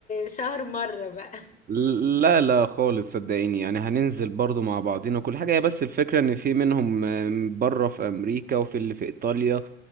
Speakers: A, on the left; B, on the right.
A: شهر مرة بقى
B: لا لا خالص صدقيني يعني هننزل برضو مع بعضنا كل حاجة هي بس الفكرة ان في منهم آم، بره في امريكا وفي اللي في ايطاليا